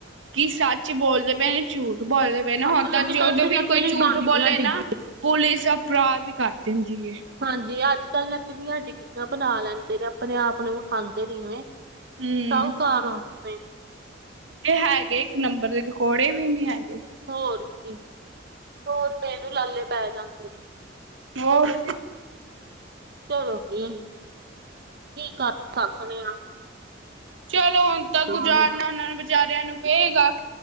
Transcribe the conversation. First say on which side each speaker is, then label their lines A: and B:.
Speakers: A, on the right; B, on the right.
A: ਕਿ ਸੱਚ ਬੋਲਦੇ ਪਏ ਨੇ ਝੂਠ ਬੋਲਦੇ ਪ ਨਾ
B: ਅੱਜ
A: ਹੁਣ ਤਾਂ ਜਦੋਂ
B: ਕੱਲ ਤੇ
A: ਵੀ
B: ਨਕਲੀ
A: ਕੋਈ ਝੂਠ
B: ਬਣ ਗਈਆਂ
A: ਬੋਲੇ
B: ਡਿਗ
A: ਨਾ ਪੁਲਿਸ ਅਪਰਾਧ ਕਰ ਦਿੰਦੀ ਐ।
B: ਹਾਂਜੀ, ਅੱਜ-ਕੱਲ੍ਹ ਨਕਲੀਆਂ ਡਿਗਰੀਆਂ ਬਨਾ ਲੈਂਦੇ ਨੇ, ਆਪਨੇ ਆਪ ਨੂੰ ਵਖਾਂਦੇ ਨਹੀ ਨੇ।
A: ਹੂੰ
B: ਸਾਹੂਕਾਰ, ਹਾਂਜੀ <unintelligible>
A: ਏਹ ਹੈਗੇ ਇੱਕ ਨੰਬਰ ਦੇ, ਕਿਕੌੜੇ ਵੀ ਨੀ ਹੈਗੇ।
B: ਹੋਰ ਕੀ <inaudible> ਦੋ-ਰੁਪਏ ਨੂੰ ਲਾਲੇ ਪੈ ਜਾਂਦੇ ਨੇ।
A: ਹੋਰ,
B: ਚਲੋ ਜੀ, ਕੀ ਕਰ ਸਕਨੇ ਆਂ।
A: ਚਲੋ ਹੁਣ ਤਾਂ ਗੁਜ਼ਾਰਨਾ
B: ਪਈ ਏ
A: ਉਹਨਾਂ ਨੂੰ, ਵਿਚਾਰਿਆਂ ਨੂੰ ਪਏਗਾ।